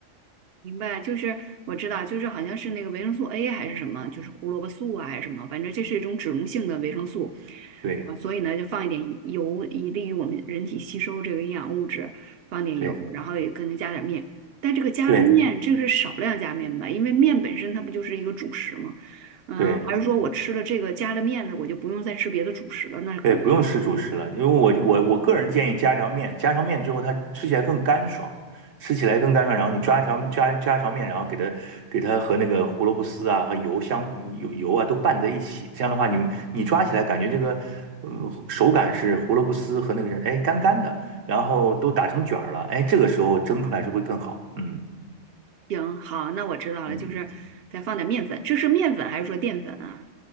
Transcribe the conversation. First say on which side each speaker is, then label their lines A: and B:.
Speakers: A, on the right; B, on the right.
A: 明白。就是我知道，就是好像是那个维生素 A 还是什么，就是胡萝卜素啊还是什么，反正这是一种脂溶性的维生素
B: 对
A: 啊，所以呢就放一点油，以利于我们人体吸收这个营养物质，放点油，
B: 对
A: 然后也可能加点面。但这个加了面，
B: 对
A: 这个是少量加面吧？因为面本身它不就是一个主食吗？嗯，
B: 对。
A: 还是说我吃了这个加了面的，我就不用再吃别的主食了？那可能
B: 对，不用吃主食了，因为我我我个人建议加条面，加条面之后它吃起来更干爽，吃起来更干爽。然后你抓一条加加一条面，然后给它给它和那个胡萝卜丝啊和油香油油啊都拌在一起，这样的话你你抓起来感觉这个嗯手感是胡萝卜丝和那个是哎干干的，然后都打成卷儿了，哎这个时候蒸出来是会更好。嗯
A: 行，好，那我知道了，
B: 嗯，
A: 就是再放点面粉，这是面粉还是说淀粉啊？